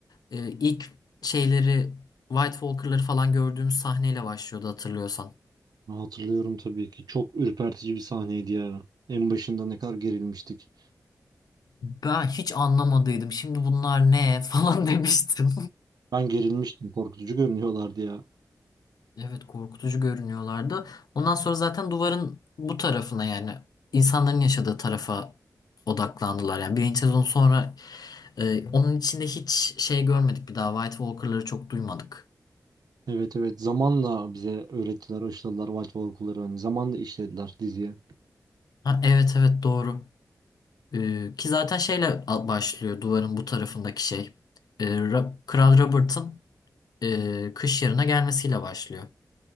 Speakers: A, on the left (about 80°); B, on the right (about 85°).
A: Ee, ilk şeyleri White Walker'ları falan gördüğümüz sahneyle başlıyordu hatırlıyorsan.
B: Hatırlıyorum tabii ki. Çok ürpertici bir sahneydi ya. En başında ne kadar gerilmiştik.
A: Ben hiç anlamadıydım. Şimdi bunlar ne <laughs> falan demiştim.
B: Ben gerilmiştim. Korkutucu görünüyorlardı ya.
A: Evet korkutucu görünüyorlardı. Ondan sonra zaten duvarın bu tarafına yani insanların yaşadığı tarafa odaklandılar. Yani birinci sezon sonra e, onun içinde hiç şey görmedik bir daha White Walker'ları çok duymadık.
B: Evet evet zamanla bize öğrettiler, aşıladılar White Walker'ları. Hani zamanla işlediler diziye.
A: Ha, evet evet doğru. E, ki zaten şeyle a- başlıyor duvarın bu tarafındaki şey. E, Ra- Kral Robert'ın e, kış yarına gelmesiyle başlıyor.